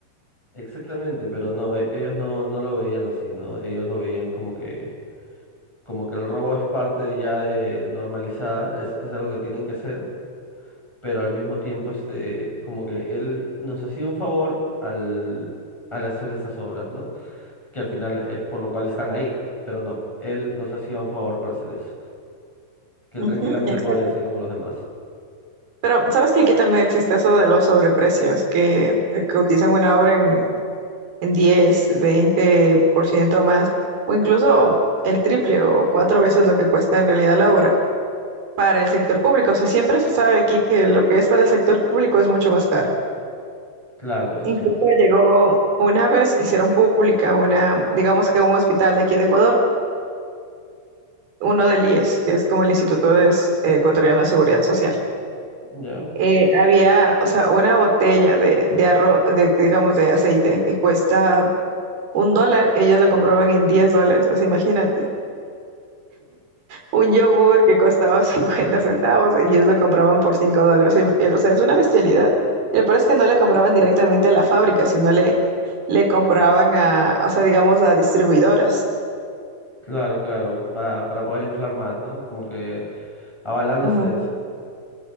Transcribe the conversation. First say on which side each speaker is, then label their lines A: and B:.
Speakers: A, in the centre; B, on the right.
A: Exactamente, pero no, e- ellos no, no lo veían así, ¿no? Ellos lo veían como que, como que el robo es parte ya de normalizada, es, es algo que tienen que hacer, pero al mismo tiempo, este, como que él nos hacía un favor al, al hacer esas obras, ¿no? Que al final es por lo cual están ahí, pero no, él nos hacía un favor para hacer eso, que él
B: Ujú,
A: tranquilamente
B: exacto.
A: podría hacer como los demás.
B: Pero, ¿sabes que aquí también existe eso de los sobreprecios, que, eh, que utilizan una obra en, en diez, veinte por ciento más, o incluso el triple o cuatro veces lo que cuesta en realidad la obra para el sector público? O sea, siempre se sabe aquí que lo que es para el sector público es mucho más caro.
A: Claro, eso
B: Incluso
A: es cierto.
B: llegó una vez, hicieron pública una, digamos que un hospital de aquí de Ecuador, uno del IES, que es como el Instituto de S- Ecuatoriano de Seguridad Social.
A: Ya.
B: Eh, había, o sea, una botella de, de arroz, de, digamos, de aceite que cuesta un dólar, ellos lo compraban en 10 dólares, así imagínate. un yogur que costaba <laughs> 50 centavos, ellos lo compraban por 5 dólares. Y- y, O sea, es una bestialidad. Lo peor es que no le compraban directamente a la fábrica, sino le, le compraban a, o sea, digamos, a distribuidoras.
A: Claro, claro. Para, para poder inflar más, ¿no? Como que avalándose
B: Ujú.
A: de eso.